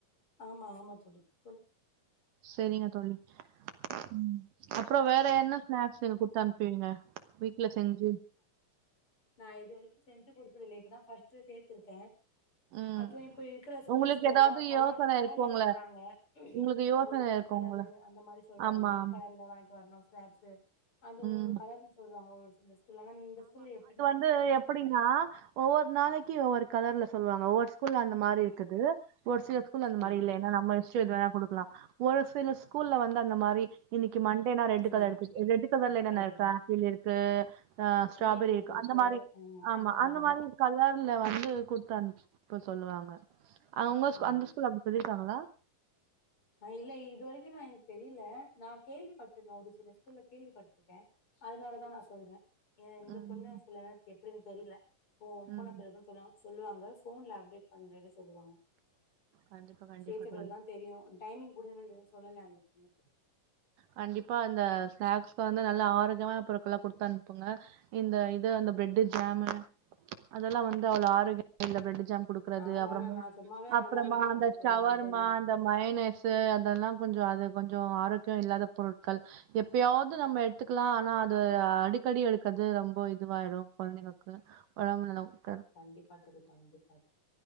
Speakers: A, on the left (about 40°); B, on the right (about 70°).
A: ஆமா ஆமா சொ <unintelligible>
B: சரிங்க தோழி உம் அப்புற வேற என்ன ஸ்நாக்ஸு குடுத்து அனுப்பிவீங்க வீட்ல செஞ்சு
A: நா இது வரைக்கு செஞ்சு குடுத்ததில்ல இப்பதா ஃர்ஸ்ட் சேர்த்திருக்கே
B: ம்
A: அதுவு இப்ப இருக்கிற ஸ்கூல்ஸ்லல்லா
B: உங்களுக்கு ஏதாவது
A: கலர்
B: யோசன
A: கலர்ல
B: இருக்குங்கள
A: சொல்றாங்க
B: உங்களுக்கு யோசன
A: ஒண்ணு ரெட்
B: இருக்குங்கள
A: கலரு அந்த மாரி சொல்றாங்க
B: ஆமா
A: ரெட்
B: ஆமா
A: கலர்ல வாங்கிட்டு வரணு ஸ்நாக்ஸு அந்த ஒரு
B: ம்
A: ஒரு கலர்ன்னு சொல்றாங்க ஒரு <unintelligible> <unintelligible> இந்த ஸ்கூல்ல எப்டி
B: து எப்டின்னா ஒவ்வொரு நாளைக்கு ஒவ்வொரு கலர் சொல் வாங்க ஓஸ் ஸ்கூல் அந்தமாரி
A: ஆமா
B: இருக்குது ஒரு சில ஸ்கூல் அந்த மாரி
A: ஆமா
B: இல்ல ஏன்னா நம்ம இஷ்ட எது வேணா குடுக்லா ஒரு சில ஸ்கூல்ல வந்து அந்த மாரி ரி இன்னிக்கி மண்டேனா ரெட்
A: உண்ம
B: கலர் ரெட் கலர்ல என்னன்ன
A: கலர்
B: இருக்கு
A: தா
B: ஆப்பிள் இருக்கு ஆ ஸ்ட்ராபெரி
A: பீட்ரூட்
B: இருக்
A: இருக்கு
B: அந்த மாரி ஆமா
A: மாரிதா
B: அந்த மாரி கலர்ல வந்து குடுத்து அனுப் ப்ப சொல்லுவாங்க அவங்க
A: ஆமா
B: அந்த ஸ்கூல அப்டி சொல்லியிருக்காங்ளா
A: ஆ இல்ல இது வரைக்கு நான் எனக்கு தெரில நா கேள்விப்பட்ருக்க ஒரு சில ஸ்கூல்ல கேள்விப்பட்ருக்கே அதனாலதா நா சொல்ற ஏ இந்த
B: ம்.
A: பொண்ணு சொல்லல எப்டின்னு தெரில ஒ உபொண்ணு
B: ம்.
A: பிறகுன்னு சொல்லுவாங்க போன்ல அப்டேட் பண்ற சொல்லுவாங்க
B: கண்டிப்பா, கண்டிப்பா
A: சேத்த பிறகு
B: தோழி.
A: தா தெரியு டைமிங்கூட இன்னு எது சொல்லல அந்த பொண்ணுக்கு
B: கண்டிப்பா அந்த ஸ்நாக்ஸ்கு வந்து நல்லா ஆரோக்கியமா பொருட்கல்லா குடுத்து அனுப்புங்க இந்த இது அந்த பிரெட்டு ஜாமு அதெல்லா வந்து அவ்ளோ ஆரோக்கியமா இந்த பிரெட் பிரட் ஜாம் குடுக்றது
A: ஆமா
B: அப்புரோ
A: ஆமா நா சும்மாவே அதெல்லா
B: அப்புறமா
A: குடுக்க மாட்டே
B: அந்த
A: தோழி
B: சவர்மா
A: பிரெட் எல்லா
B: அந்த மைனஸு அதெல்லா கொஞ்சோ அது கொஞ்சோ ஆரோக்கிய இல்லாத பொருட்கள் எப்யாவது நம்ம எடுத்துக்கலா ஆனா அது அடிக்கடி எடுக்றது ரொம்ப இதுவாயிடு குழந்தைங்களுக்கு உடம்பு ல
A: கண்டிப்பா தோழி கண்டிப்பா